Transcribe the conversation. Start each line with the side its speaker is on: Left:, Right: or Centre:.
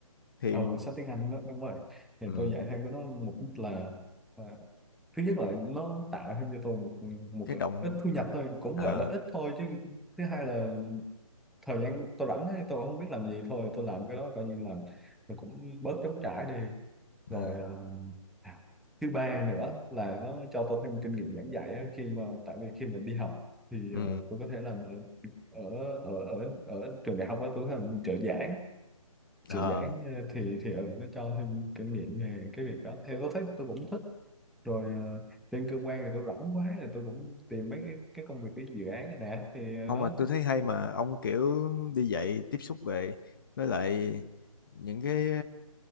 Left: thì
Centre: ừ sách tiếng Anh đó, đúng rồi thì
Left: ừ,
Centre: tôi dạy thêm với nó mục đích là ờ, thứ nhất là nó tạo thêm cho tôi một, một
Left: cái động
Centre: ít thu nhập thôi cũng
Left: à,
Centre: gọi là ít thôi chứ thứ hai là thời gian tôi rảnh ấy, tôi không biết làm gì thôi tôi làm cái đó coi như là cũng bớt trống trải đi rồi
Left: à,
Centre: ờ, à, thứ ba nữa là nó cho tôi thêm kinh nghiệm giảng dạy á, khi mà tại vì khi mà đi học thì
Left: ừ,
Centre: ờ, tôi có thể làm ở ở ở ở, ở trường đại học á, tôi có thể làm trợ giảng trợ
Left: à.
Centre: giảng ờ, thì thì ờ, nó cho thêm kinh nghiệm về cái việc đó theo tôi thấy tôi cũng thích rồi ờ, trên cơ quan thì tôi rảnh quá thì tôi cũng tìm mấy cái, cái công việc cái dự án này nè thì ờ,
Left: ông
Centre: đó
Left: mà tôi thấy hay mà ông kiểu đi dạy tiếp xúc về với lại những cái